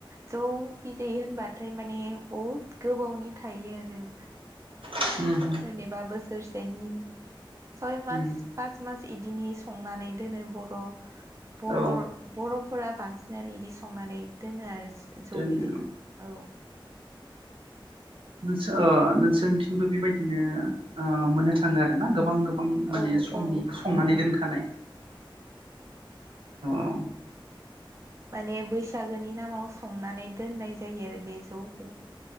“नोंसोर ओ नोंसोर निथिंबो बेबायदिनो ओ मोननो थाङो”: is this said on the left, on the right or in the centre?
Right